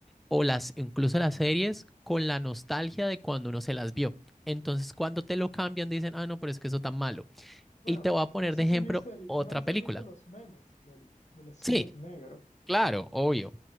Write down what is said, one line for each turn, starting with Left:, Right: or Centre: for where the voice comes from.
Centre: o las incluso las series con la nostalgia de cuando uno se las vio. Entonces, cuando te lo cambian, dicen, ah, no, pero es que eso tan malo.
Left: Bueno,
Centre: Y te voy a poner
Left: no sé
Centre: de ejemplo
Left: si viste, el-
Centre: otra
Left: no
Centre: película.
Left: sé si viste los memes del, del Snape
Centre: Sí,
Left: negro
Centre: claro, obvio.